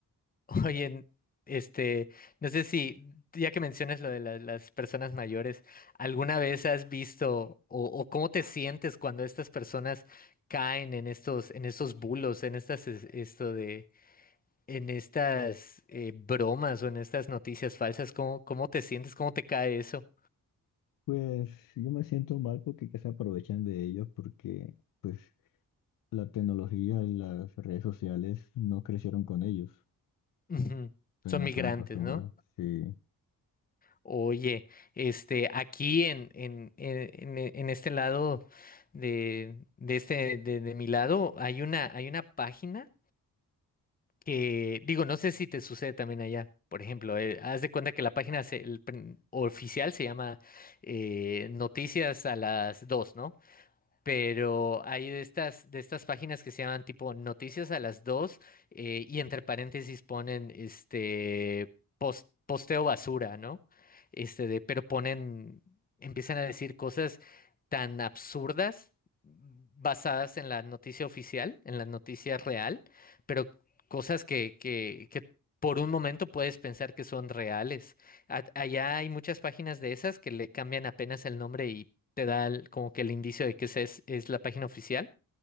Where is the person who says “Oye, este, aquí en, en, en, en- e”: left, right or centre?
Left